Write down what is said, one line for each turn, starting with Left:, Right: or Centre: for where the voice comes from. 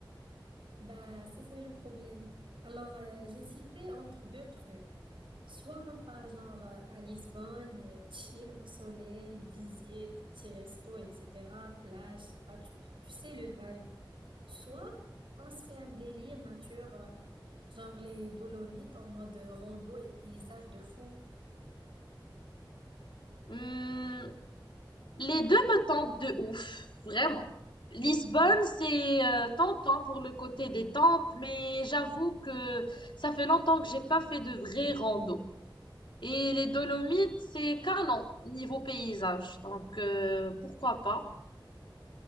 Right: Bah, c'est ça le problème. Alors, euh, j'hésitais entre deux trucs. Soit on part genre euh, à Lisbonne, euh, chill au soleil, visite, petit resto, etc., plage, je sais pas, tu, tu sais le vibe. Soit on se fait un délire nature, euh, genre les Dolomites en mode rando et paysage de fou.
Left: Hmm, Les deux me tentent de ouf, vraiment. Lisbonne, c'est euh, tentant pour le côté détente, mais j'avoue que ça fait longtemps que j'ai pas fait de vrai rando. Et les Dolomites, c'est canon niveau paysage. Donc euh, pourquoi pas?